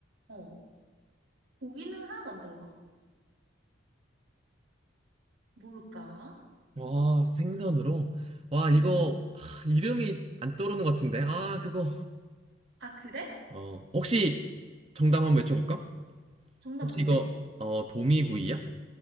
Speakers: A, on the right (about 70°); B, on the right (about 30°).
A: 어, 고기는 하나도 안 들어가. 뭘까?
B: 와, 생선으로? 와, 이거,
A: 음.
B: 하, 이름이 안 떠오르는 것 같은데. 아, 그거.
A: 아, 그래?
B: 어, 혹시 정답 한번 외쳐볼까?
A: 정답
B: 혹시
A: 뭔데?
B: 이거, 어, 도미구이야?